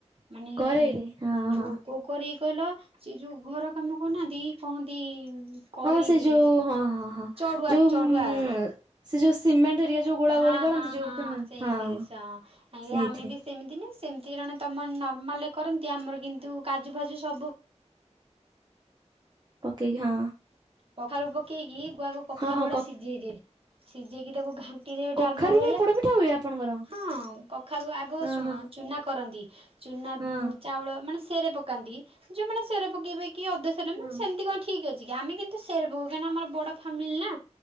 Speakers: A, on the right (about 50°); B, on the right (about 35°).
A: ମାନେ
B: କରେଇରେ ହଁ
A: ଯୋଉ
B: ହଁ।
A: କଉ କରି କହିଲ ସେ ଯୋଉ ଘର କାମ କରୁନାହାନ୍ତି କହନ୍ତି କରେଇ
B: ହଁ ସେ
A: ବୋଲି
B: ଯୋଉ ହଁ ହଁ ହଁ
A: ଚଡ଼ୁଆ
B: ଯୋଉ
A: ଚଡ଼ୁଆ
B: ଉ ସେ ଯୋଉ ସିମେଣ୍ଟ ହେରିକା ଯୋଉ ଗୋଳା
A: ହଁ
B: ଗୋଳି କରନ୍ତି
A: ହଁ
B: ଯୋଉ
A: ହଁ
B: କା-
A: ସେଇଥିରେ
B: ହଁ
A: ସ
B: ସେଇଥିରେ
A: ଆମେ ବି ସେମିତି ନୁହେଁ ସେମିତି ଜଣେ ତମଆଡେ ନର୍ମାଲ ରେ କରନ୍ତି ଆମର କିନ୍ତୁ କାଜୁ ଫାଜୁ ସବୁ
B: ପକେଇ କି ହଁ।
A: କଖାରୁ ପକେଇକି ଗୁଆକୁ କଖାରୁ
B: ହଁ ହଁ
A: ଗୁଡା ସିଝେଇ ଦିଏ ସିଝେଇକି ତାକୁ ଘାଣ୍ଟି ରୁଟିରେ
B: କଖାରୁରେ
A: ଡାଲମା ଭଳିଆ
B: ପୋଡପିଠା ହୁଏ ଆପଣଙ୍କର
A: ହଁ କଖାରୁ ଆଗ
B: ହଁ
A: ଶୁଣ
B: ହଁ
A: ଚୂନା କରନ୍ତି ଚୂନା
B: ହଁ
A: ଚାଉଳ ମାନେ ସେରେ ପକାନ୍ତି ଯେଉଁମାନେ ସେରେ ପକେଇବେ କି ଅଧେ ସେରେ
B: ହଁ
A: ମାନେ ସେମିତି କଣ ଠିକ୍ ଅଛି କି ଆମେ କିନ୍ତୁ ସେରେ ପକଉ ନା କାହିଁକିନା ଆମର ବଡ଼ ଫାମିଲି ନା।